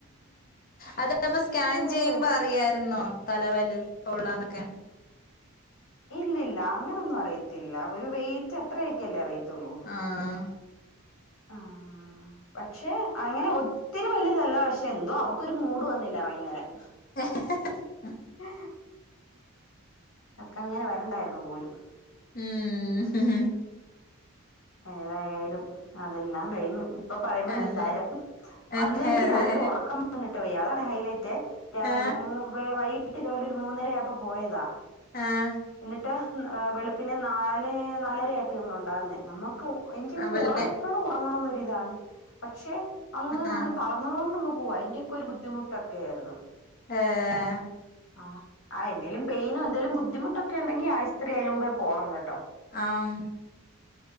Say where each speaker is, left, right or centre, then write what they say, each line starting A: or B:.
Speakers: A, on the left; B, on the left.
A: അതപ്പൊ സ്കാൻ
B: ഏഹ്
A: ചിയ്യുമ്പൊ അറിയാരുന്നൊ? തല വലുപ്പ ഉള്ളാന്നൊക്കെ
B: ഇല്ലില്ല അങ്ങനൊന്നും അറിയത്തില്ല ഒരു വെയിറ്റ് അത്രയൊക്കല്ലെ അറിയത്തുള്ളു
A: ആഹ്
B: ആഹ് പക്ഷേ അങ്ങനെ ഒത്തിരി വലുതല്ല പക്ഷെ എന്തോ അവക്കൊരു മൂഡ് വന്നില്ല എറങ്ങി വരാൻ
A: <inaudible>
B: <inaudible> അവക്കങ്ങനെ വരണ്ടാരുന്നു പോലും
A: ഉം
B: ഏതായാലും അതെല്ലാം കഴിഞ്ഞ് ഇപ്പൊ പറയുമ്പൊ
A: അതെ
B: നിസാരം
A: അതെ
B: അന്നെനിക്ക് രാത്രി ഒറക്കം വന്നിട്ട് വയ്യ അതാണ് ഹൈലൈറ്റെ രാവി
A: ആ
B: മൂ വൈ - കിട്ട് ഇതുപോലൊര് മൂന്നര ആയപ്പൊ പോയത
A: ഏഹ്
B: എന്നിട്ട് ഏഹ് വെളുപ്പിന് നാല് നാലരയപ്പൊ ഇവളുണ്ടാകുന്നെ നമ്മ എനിക്കങ്
A: വെളുപ്പേ
B: ഒറങ്ങണം ഒറങ്ങണംന്നൊര് ഇതാണ് പക്ഷെ അങ്ങനെ
A: ആ
B: നമ്മള് തളന്ന് തളന്നങ്ങ് പോവ അയിന്റെക്കൊരു ബുദ്ധിമുട്ടൊക്കായിര്ന്നു
A: ഏഹ്
B: ആഹ് ആഹ് എന്തേലും പെയിനൊ എന്തേലും ബുദ്ധിമുട്ടൊക്ക ഉണ്ടെങ്കി ഐസ് ത്രി അയിന് മുമ്പെ പോണം കെട്ടൊ
A: ആം